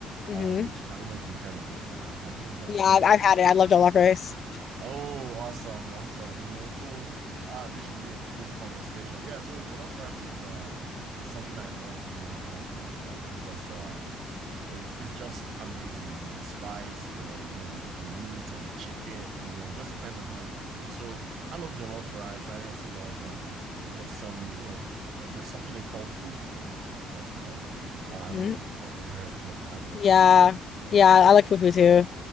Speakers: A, on the left (about 50°); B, on the right (about 65°).
A: hmm
B: um, which I don't know if you've heard of it. Uh, uh, have you heard
A: Yeah,
B: of jollof?
A: I've, I've had it. I love jollof rice.
B: Oh, awesome, awesome. You know, so uh this should be a cool conversation. Yeah, so jollof rice is uh is something I love really uh really well because um it's it's just amazing and the spice, the you know, the meat or the chicken, you know, it just depends on how you cook it. So I love jollof rice. I also love um there's some, you know, there's something they call fufu as well. Uh, I don't
A: hmm
B: know if you've probably heard of that, but
A: Yeah.
B: it's um yeah.
A: Yeah, I like fufu too.